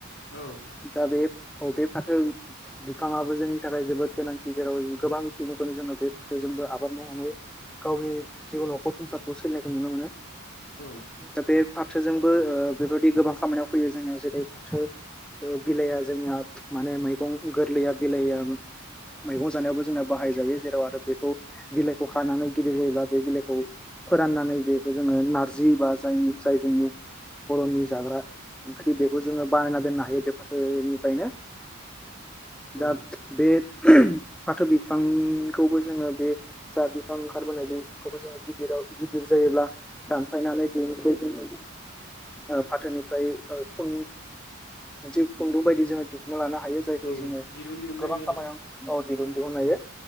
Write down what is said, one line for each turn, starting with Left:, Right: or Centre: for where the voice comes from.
Left: औ
Centre: दा बे बे फाथो बिफाङाबो जोंनि थाखाय जोबोद गोनांथि जेराव गोबां सुबुंफोरनो जोङो बे फाथोजोंबो आबाद मावनानै गावनि जिउ नखरसंखौ संसारखौ सोलिनायखौ नुनो मोनो।
Left: औ
Centre: दा बे फाथोजोंबो बेबायाददि गोबां खामानियाव फैयो जोंनियाव जेरै फाथो। बिलाइया जोंना माने मैगं गोरलैया बिलाइया मैगं जानायावबो जोङो बाहाय जायो जेराव आरो बेखौ बिलाइखौ हानानै गिदिर जायोब्ला बे बिलाइखौ फोराननानै बे जोङो नारजि बा जाय जायजों बर'नि जाग्रा ओंख्रि बेखौ जोङो बानायना दोननो हायो बे फाथोनिफ्रायनो
Left: औ
Centre: दा बे फाथो बिफांखौबो जोङो बे जा बिफां ओंखारबोनाय बिफांखौबो जोङो गिदिराव गिदिर जायो। जेब्ला दानफायनानै बेनिफ्राय जोङो। आरो फाथोनिफ्राय ओ जि खुंदु बायदि जोङो दिहुनना लानो हायो जाय।
Left: औ
Centre: जोङो
Left: दिरुं दिहुननो
Centre: गोबां
Left: हायो आरो
Centre: खामानियाव दिरुन दिहुननो हायो।